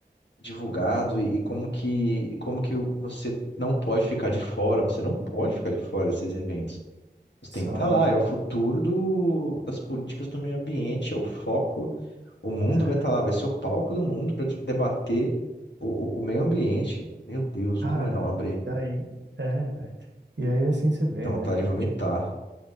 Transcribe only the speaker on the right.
sabe,
mano?
Ah,
Cara,
e aí, é, velho. E aí, assim, você vê,
né, cara,
tipo,